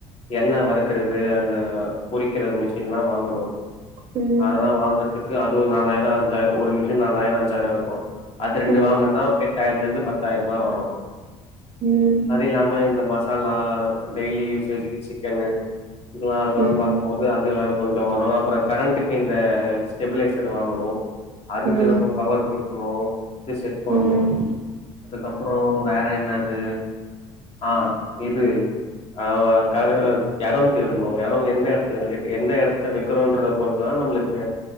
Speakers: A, on the left; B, on the right.
A: எண்ண வறுக்குறது அந்த பொறிக்குற மிஷின்லா வாங்கணு
B: ம்
A: அதெல்லா வாங்கறதுக்கு அது இது ஒரு நாலாயிரோ அஞ்சாயிரோ ஒரு மிஷின் நாலாயிரோ அஞ்சாயிரோ இருக்கு அது ரெண்டு
B: ம்
A: வாங்கனுன்னா அதுக்கு வந்து பத்தாயிரூபா வரு
B: ம்
A: அது இல்லாம இந்த மசாலா டெய்லி யூசேஜ்க்கு சிக்கனு இதெல்லா அதெல்லாம்
B: ம் ம்
A: பாக்கும்போது அது வேற கொஞ்ச வரு அப்புறோ கரண்ட்டுக்கு இந்த ஸ்டெபிலேசர் வாங்கணு அதுக்கு
B: ம்
A: நம்ம பவர் குடுக்கணு அத செட் பண்ணனு
B: ம் ம் ம்
A: அதுக்கப்புறோ வேற என்னது ஆ இது ஆ கரன் எடோந் தேடணு எடோ எந்த எடத்துல எந்த எடத்த வெக்கிறோன்றத பொறுத்துதா நம்மளுக்கு